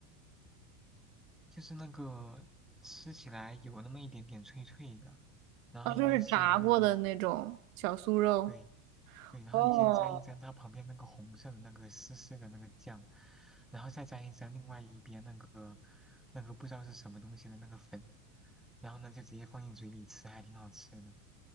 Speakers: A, in the centre; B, on the right.
A: 就是那个吃起来有那么一点点脆脆的，然后应该是用那个，
B: 啊，就是炸过的那种小酥肉。
A: 对对，然后你先沾一沾它旁边那个红色的那个湿湿的那个酱，
B: 哦
A: 然后再沾一沾另外一边那个那个不知道是什么东西的那个粉，然后呢就直接放进嘴里吃，还挺好吃的。